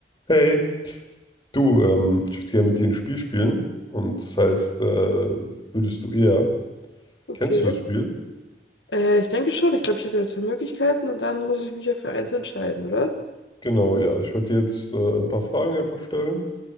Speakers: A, on the left; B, on the left.
A: Hey, du, ähm, ich würde gerne mit dir ein Spiel spielen. Und das heißt, äh, würdest du eher.
B: Okay.
A: Kennst du das Spiel?
B: Äh, ich denke schon. Ich glaube, ich habe ja zwei Möglichkeiten und dann muss ich mich ja für eins entscheiden, oder?
A: Genau, ja. Ich werde dir jetzt äh, ein paar Fragen einfach stellen.